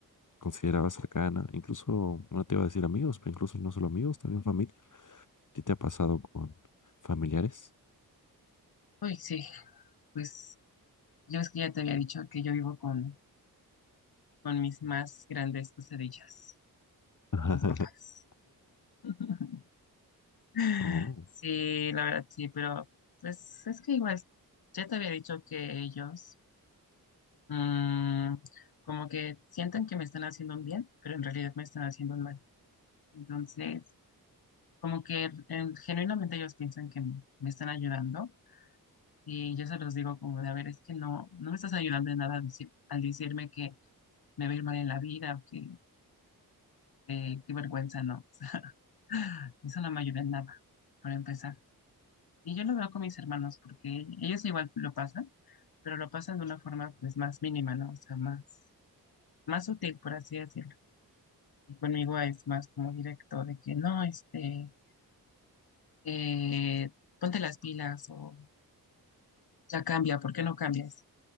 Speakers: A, on the left; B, on the left.
A: consideraba cercana, incluso, no te iba a decir amigos, pero incluso no solo amigos, también familia. ¿A ti te ha pasado con familiares?
B: Uy, sí, pues yo es que ya te había dicho que yo vivo con, con mis más grandes pesadillas,
A: <laughs>
B: mis papás. <laughs> <laughs>
A: Oh,
B: Sí, la verdad sí, pero pues es que igual, ya te había dicho que ellos mm, como que sienten que me están haciendo un bien, pero en realidad me están haciendo un mal. Entonces, como que em, genuinamente ellos piensan que me, me están ayudando y yo se los digo como de, a ver, es que no, no me estás ayudando en nada al, decir- al decirme que me va a ir mal en la vida o que eh, qué vergüenza, no. <laughs> eso no me ayuda en nada, por empezar. Y yo lo veo con mis hermanos porque ellos igual lo pasan. pero lo pasan de una forma pues más mínima, ¿no? O sea, más, más sutil, por así decirlo. Y conmigo es más como directo de que no, este, eh, ponte las pilas o ya cambia, ¿por qué no cambias?